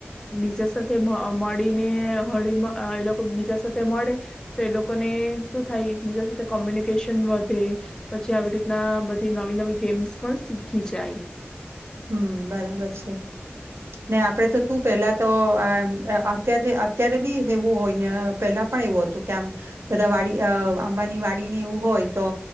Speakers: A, on the left (about 15°); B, on the right (about 75°).
A: બીજા સાથે મળીને હળી <unintelligible> એ લોકો બીજા સાથે મળે તો એ લોકોને શું થાય એક બીજા સાથે કોમ્યુનિકેશન વધે પછી આવી રીતના બધી નવી નવી ગેમ્સ પણ શીખી જાય.
B: હમ બરાબર છે. ને આપડે તો શું પેલા તો આ અત્યારે અત્યારે બી એવું હોય ને પેલા પણ એવું હતું કે આમ બધા વાડી અ આંબાની વાડીને એવું હોય તો